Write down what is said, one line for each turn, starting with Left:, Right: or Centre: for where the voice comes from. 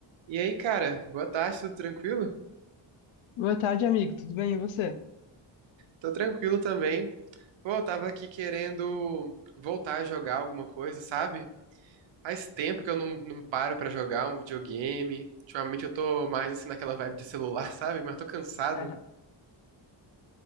Right: E aí, cara, boa tarde, tudo tranquilo?
Left: Boa tarde, amigo. Tudo bem? E você?
Right: Tô tranquilo também. Pô, eu tava aqui querendo voltar a jogar alguma coisa, sabe? Faz tempo que eu não, não paro pra jogar um videogame. Ultimamente eu tô mais assim naquela vibe de celular, <laughs> sabe? Mas tô cansado.
Left: <laughs>